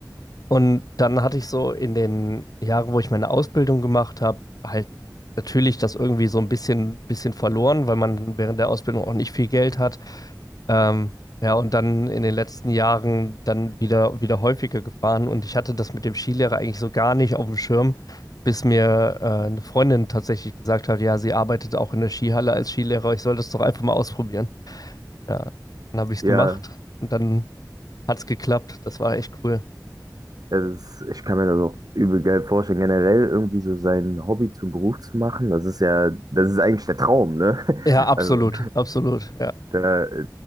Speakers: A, on the left; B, on the right.
A: Und dann hatte ich so in den Jahren, wo ich meine Ausbildung gemacht habe, halt natürlich das irgendwie so ein bisschen, bisschen verloren, weil man während der Ausbildung auch nicht viel Geld hat. Ähm, ja, und dann in den letzten Jahren dann wieder, wieder häufiger gefahren. Und ich hatte das mit dem Skilehrer eigentlich so gar nicht auf dem Schirm, bis mir äh, eine Freundin tatsächlich gesagt hat, ja, sie arbeitet auch in der Skihalle als Skilehrer. Ich soll das doch einfach mal ausprobieren. Ja, dann habe ich es
B: Ja,
A: gemacht und dann hat es geklappt. Das war echt cool.
B: Ja, Das, ist, ich kann mir das auch übel geil vorstellen. Generell irgendwie so sein Hobby zum Beruf zu machen, das ist ja, das ist eigentlich der Traum, ne? <laughs>
A: Ja, absolut,
B: Also
A: absolut. Ja,
B: da,